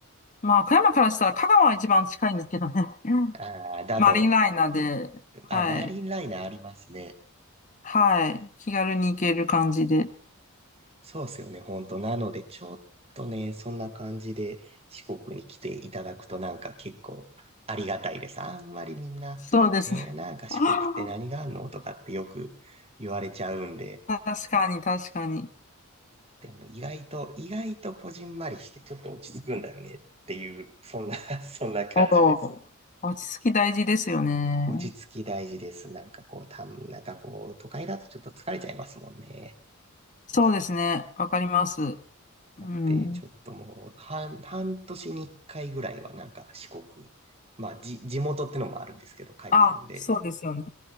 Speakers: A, on the left; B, on the right.
A: まあ、富山からしたら香川は一番近いんですけどね。うん
B: ああ、だと、
A: マリンライナーで、はい、
B: あ、マリンライナーありますね。
A: はい、気軽に行ける感じで。
B: そうですよね、本当。なので、ちょっとね、そんな感じで四国に来ていただくとなんか結構ありがたいです。あんまりみんな、
A: そうですね。
B: えー、なんか四国って何があんのとかってよく言われちゃうんで、
A: あー確かに、確かに。
B: でも意外と、意外とこじんまりしてちょっと落ち着くんだよねっていう、そんな <laughs> そんな感じです。
A: おお、落ち着き大事ですよね。
B: 落ち着き大事です。なんかこう、たん、なんかこう、都会だとちょっと疲れちゃいますもんね。
A: そうですね。わかります。うん。
B: だって、ちょっともう、半、半年に一回ぐらいはなんか四国、まあ、じ、地元ってのもあるんですけど、帰ってるんで、
A: あ、そうですよね。